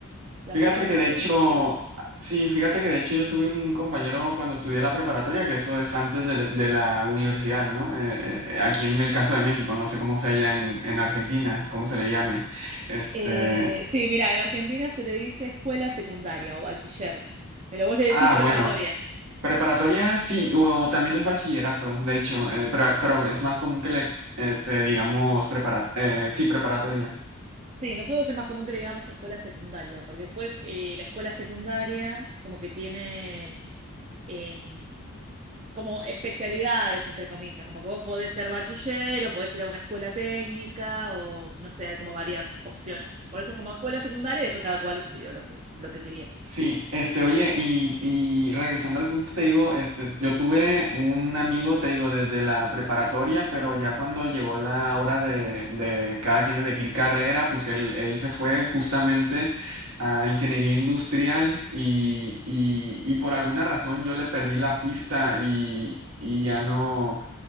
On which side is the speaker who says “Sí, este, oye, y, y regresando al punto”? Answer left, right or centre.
Right